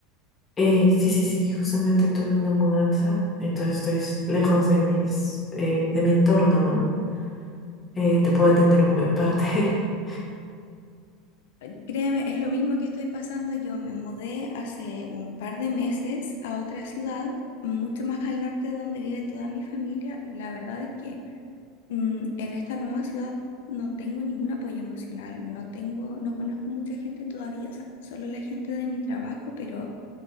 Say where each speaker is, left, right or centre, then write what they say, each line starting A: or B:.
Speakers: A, on the left; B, on the left.
A: Eh, sí, sí, sí, justamente tuve una mudanza, entonces estoy s- lejos de mis, eh, de mi entorno, ¿no? Eh, te puedo entender un- en parte. <laughs>
B: Eh, Créeme, es lo mismo que estoy pasando. Yo me mudé hace un par de meses a otra ciudad, mucho más al norte de donde vive toda mi familia, y la verdad es que mm, en esta nueva ciudad no tengo ningún apoyo emocional, no tengo, no conozco mucha gente todavía, o sea, solo la gente de mi trabajo, pero